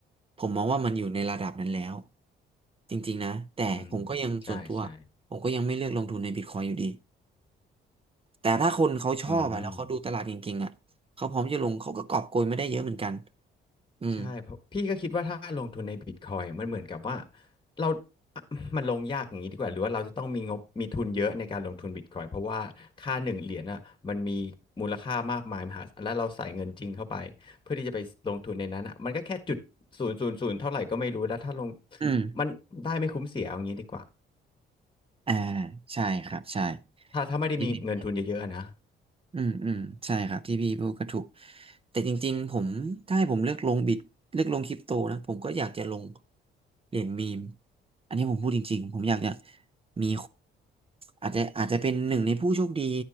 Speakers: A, on the right; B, on the left.
A: ผมมองว่ามันอยู่ในระดับนั้นแล้วจริงๆนะแต่ผมก็ยังส่วนตัว
B: อืมใช่ใช่
A: ผมก็ยังไม่เลือกลงทุนในบิตคอยอยู่ดีแต่ถ้าคนเขาชอบอ่ะแล้วเขาดูตลาดเก่งๆอ่ะเขาพร้อมจะลงเขาก็กอบโกยไม่ได้เยอะเหมือนกัน
B: อืม
A: อืม
B: ใช่เพราะพี่ก็คิดว่าถ้าลงทุนในบิตคอยมันเหมือนกับว่าเราอ่ะมันลงยากอย่างนี้ดีกว่าหรือว่าเราจะต้องมีงบมีทุนเยอะในการลงทุนบิตคอยเพราะว่าค่าหนึ่งเหรียญอ่ะมันมีมูลค่ามากมายมหาศาลแล้วเราใส่เงินจริงเข้าไปเพื่อที่จะไปลงทุนในนั้นอ่ะมันก็แค่จุดศูนย์ศูนย์ศูนย์เท่าไหร่ก็ไม่รู้แล้วถ้าลง
A: อืม
B: มันได้ไม่คุ้มเสียเอาอย่างนี้ดีกว่า
A: อ่าใช่ครับใช่
B: ถ้าถ้าไม่ได้มีเงินทุนเยอะๆอะนะ
A: พี่ผิด อืมอืมใช่ครับที่พี่พูดก็ถูกแต่จริงๆผมถ้าให้ผมเลือกลงบิตเลือกลงคริปโตนะผมก็อยากจะลงเหรียญมีมอันนี้ผมพูดจริงๆผมอยากจะมีอาจจะอาจจะเป็นหนึ่งในผู้โชคดี